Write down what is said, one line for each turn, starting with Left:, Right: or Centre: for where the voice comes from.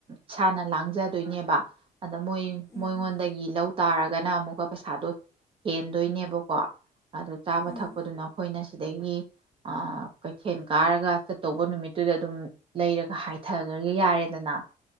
Right: ꯏꯁꯥꯅ ꯂꯥꯡꯖꯗꯣꯏꯅꯦꯕ ꯑꯗ ꯃꯣꯌ
Left: ꯎꯝ
Right: ꯃꯤꯉꯣꯟꯗꯒꯤ
Left: ꯎꯝ
Right: ꯂꯩ ꯇꯔꯒ ꯅꯥ ꯑꯃꯨꯛ ꯄꯩꯁꯥꯗꯨ ꯍꯦꯟꯗꯣꯏꯅꯦꯕꯀꯣ <inaudible> ꯆꯥꯕꯥ
Left: ꯎꯝ
Right: ꯊꯛꯞꯗꯨꯅ ꯑꯩꯈꯣꯅꯥ ꯑꯗꯩꯒꯤ ꯎ ꯀꯩꯊꯦꯜ ꯀꯔꯒ ꯆꯥꯇꯧꯕ ꯅꯨꯃꯤꯇꯨꯗ ꯑꯗꯨꯝ ꯂꯩꯔꯒ ꯍꯥꯏꯊꯥꯒꯤꯕ ꯌꯥꯔꯦꯗꯅꯥ